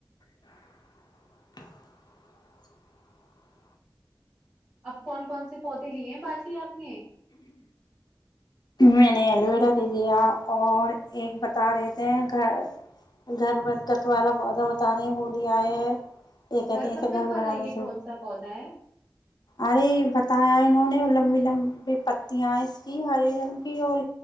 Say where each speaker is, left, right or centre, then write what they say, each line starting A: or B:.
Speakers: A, on the left; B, on the right.
A: <unintelligible>
B: اپ کون کون سے پودے لیے ہیں باجی آپ نے
A: میں نے ایلو ویرا لے لیا اور ایک بتا رہے تھے گھر گھر برکت والا پودا بتا رہے وہ لیا ہے یہ کہتے ہیںسے
B: برکت
A: گھر ب
B: والا
A: لانے
B: یہ
A: تھ
B: کون سا پودا ہے
A: ارے ب ت آئے نو نے ولم ولمب پتیاں اس کی ہرے رنگ کی اور